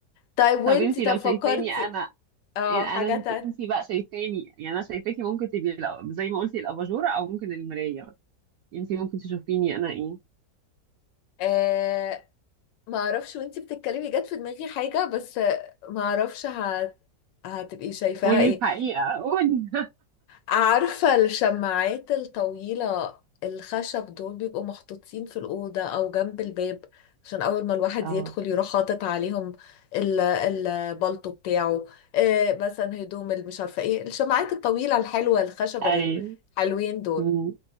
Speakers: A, on the left; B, on the right.
A: طيب وانتي
B: طب انتي
A: طب
B: لو
A: فكرتي
B: شايفاني أنا
A: اه
B: أنا
A: حاجه تانية
B: انتي بقى شايفاني يعني أنا شايفاكي ممكن تبقي الأ- زي ما قلتي الأباجورة أو ممكن المراية بس انتي ممكن تشوفيني أنا إيه
A: آه ما اعرفش وانتي بتتكلمي جت في دماغي حاجة بس ما اعرفش هت... هتبقي شايفاها
B: قولي
A: ايه
B: الحقيقة قولي
A: عارفة الشماعات الطويلة الخشب دول بيبقوا محطوطين في الأوضة أو جنب الباب عشان أول ما الواحد
B: اه
A: يدخل يروح حاطط عليهم ال- البلطو بتاعه إيه مثلا هدوم اللي مش عارفة ايه الشماعات الطويلة الحلوة الخشب
B: أيوة
A: الحلوين دول
B: أمم،